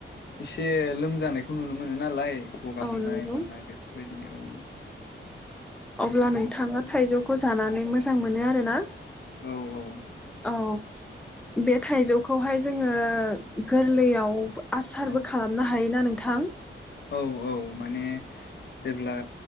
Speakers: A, on the left (about 55°); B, in the centre.
A: एसे लोमजानायखौ नुनो मोनो नालाय गगा
B: औ
A: मोननाय
B: नंगौ
A: मानाय बेफोरबायदि औ
B: अब्ला
A: दानाथ'
B: नोंथाङा
A: आरो
B: थाइजौखौ जानानै मोजां मोजां मोनो आर ना
A: औ औ
B: औ बे थाइजौखौहाय जोङो गोरलैयाव आसारबो
A: औ
B: खालामनो हायोना नों थां
A: औ औ माने जेब्ला